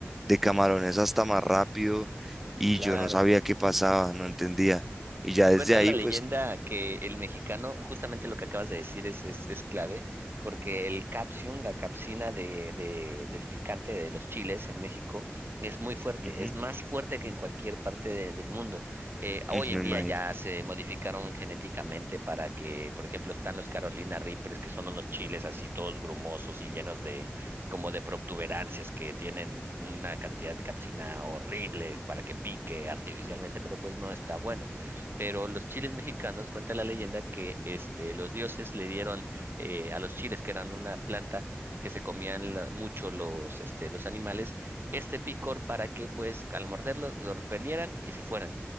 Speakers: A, in the centre; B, on the right.
A: de camarones hasta más rápido y
B: claro.
A: yo no sabía qué pasaba, no entendía. Y ya desde
B: Cuenta
A: ahí,
B: la leyenda
A: pues,
B: que el mexicano, justamente lo que acabas de decir es, es, es clave, porque el capsium, la capsina de, de, del picante de los chiles en México, es muy fuerte,
A: ujú,
B: es más fuerte que en cualquier parte de- del mundo. Eh, hoy
A: ujú,
B: en
A: me
B: día
A: imagino.
B: ya se modificaron genéticamente para que, por ejemplo, están los Carolina Reapers, que son unos chiles así todos grumosos y llenos de como de protuberancias que tienen una cantidad de capsina horrible para que pique artificialmente, pero pues no está bueno pero los chiles mexicanos cuenta la leyenda que este, los dioses le dieron eh, a los chiles, que eran una planta que se comían la- mucho los, este, los animales, este picor para que pues al morderlo lo repelieran y se fueran.